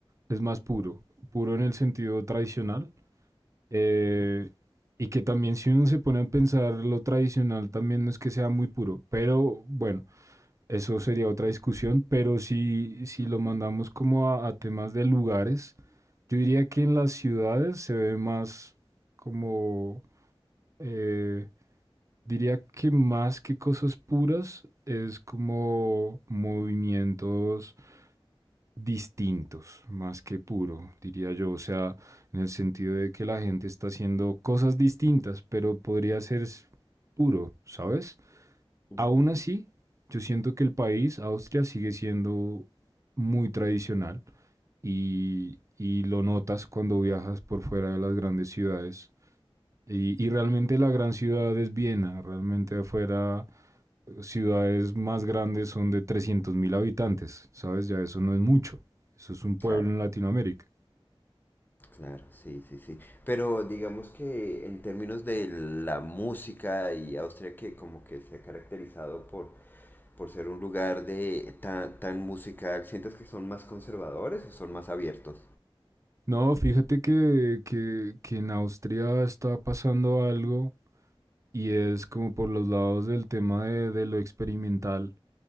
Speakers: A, on the right; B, on the left.
A: es más puro, puro en el sentido tradicional. eh,
B: Ujú,
A: y que también si uno se pone a pensar lo tradicional, también no es que sea muy puro, pero bueno, Eso sería otra discusión, pero si, si lo mandamos como a, a temas de lugares, yo diría que en las ciudades se ve más como, eh, diría que más que cosas puras, es como movimientos distintos, más que puro, diría yo. O sea, en el sentido de que la gente está haciendo cosas distintas, pero podría ser s- puro, ¿sabes?
B: ujú.
A: Aún así, yo siento que el país, Austria, sigue siendo muy tradicional y, y lo notas cuando viajas por fuera de las grandes ciudades. Y, y realmente la gran ciudad es Viena, realmente afuera eh, ciudades más grandes son de trescientos mil habitantes, ¿sabes? Ya eso no es mucho, eso es un pueblo
B: Claro,
A: en Latinoamérica.
B: claro, sí, sí, sí. Pero digamos que en términos de la música y Austria que como que se ha caracterizado por por ser un lugar de tan, tan musical, ¿sientes que son más conservadores o son más abiertos?
A: No, fíjate que, que, que en Austria está pasando algo y es como por los lados del tema de, de lo experimental